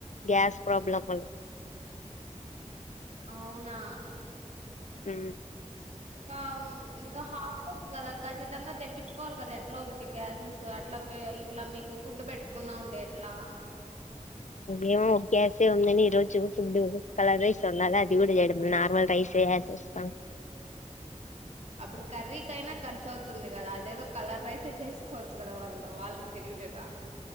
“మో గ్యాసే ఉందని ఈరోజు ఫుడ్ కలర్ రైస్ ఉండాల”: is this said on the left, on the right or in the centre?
Left